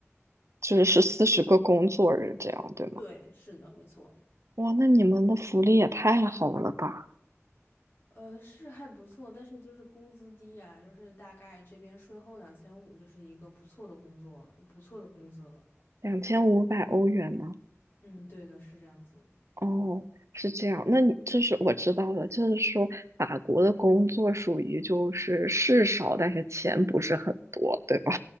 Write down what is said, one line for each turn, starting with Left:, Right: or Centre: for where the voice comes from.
Right: 就是是四十个工作日这样，对吗？
Left: 对，是的，没错。
Right: 哇，那你们的福利也太好了吧？
Left: 呃，是还不错，但是就是工资低啊，就是大概这边税后两千五，就是一个不错的工作了，不错的工资了。
Right: 两千五百欧元吗？
Left: 嗯，对的，是这样子。
Right: 哦，是这样。那你就是我知道了，就是说法国的工作属于就是事少，但是钱不是很多，对吧？